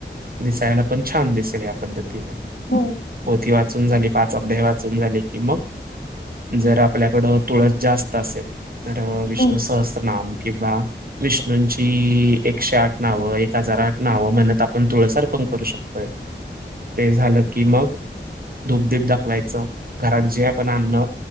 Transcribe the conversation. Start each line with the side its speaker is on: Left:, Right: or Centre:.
Right: दिसायला पण छान दिसेल या पद्धतीनं
Left: हो
Right: होती वाचून झाली पाच अध्याय वाचून झाली की मग जर आपल्याकडं तुळस जास्त असेल तर विष्णु
Left: हम्म
Right: सहसत्रनाम
Left: हम्म हम्म
Right: किंवा विष्णूंची एकशे आठ नावं एक हजार आठ नावं म्हणत आपण तुळसार पण करू शकतो ते झालं कि मग धूपधीप दाखवायचं घरात जे आपण आणणं